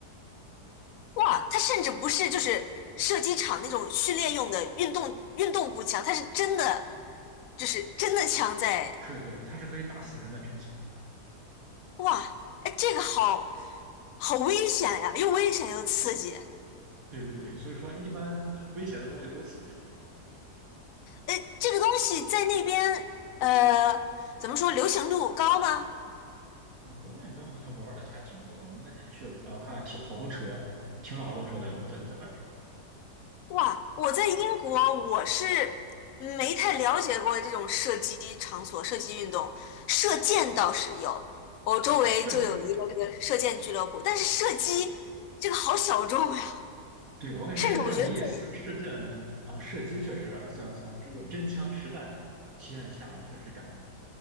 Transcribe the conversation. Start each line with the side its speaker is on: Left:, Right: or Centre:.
Left: 哇，它甚至不是就是射击场那种训练用的运动运动步枪，它是真的就是真的枪在，
Right: 是对，它是可以打死人的真枪。
Left: 哇，哎，这个好好危险呀，又危险又刺激。
Right: 对对对，所以说一般呃危险的东西都刺激了。
Left: 哎，这个东西在那边呃怎么说流行度高吗？
Right: 啊、我感觉好像玩的还挺多的。我们那天去，呃，我看停好多车，停了好多车在在在外面。
Left: 哇，我在英国，我是没太了解过这种射击场所、射击运动，射箭倒是有，我周围就有一个这个射箭俱乐部，
Right: 哎，射
Left: 但是射击这个好小众呀，
Right: 对，我感觉射箭没意思，
Left: 甚至我觉得在，因
Right: 射箭啊，射击确实像像这种真枪实弹体验下来，确实感觉